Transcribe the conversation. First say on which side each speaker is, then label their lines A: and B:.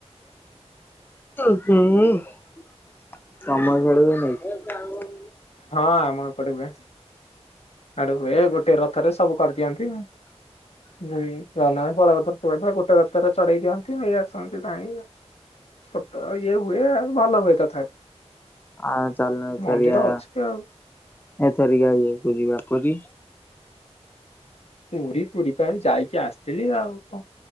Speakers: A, on the left; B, on the left.
A: <unintelligible>
B: ହଁ ଆମ ଏପଟେ ହୁଏ। ଆଡୁ ହୁ ଏ ଗୋଟେ ରଥରେ ସବୁ କରିଦିଅନ୍ତି ଆଉ ହୁଁଁଜଗନ୍ନାଥ ବଳଭଦ୍ର ସୁଭଦ୍ରା ଗୋଟେ ରାସ୍ତା ରେ ଚଢେଇ ଦିଅନ୍ତି ନେଇ ଆସନ୍ତି ତାହି ଛୋଟ ଇଏ ହୁଏ ଆଉ ଭଲ ହୁଏ ତଥାପି।
A: ଆଁ ଚାଲ ଚାରିଆ
B: ମନ୍ଦିର ଅଛି ଆଉ
A: ଏ ତରିକା ଆ ଯେହେତୁ ଯିବା ପୁରୀ
B: ପୁରୀ ପୁରୀ ପା ଏଇ ଯାଇକି ଆସିଥିଲି ଆଉ। କଣ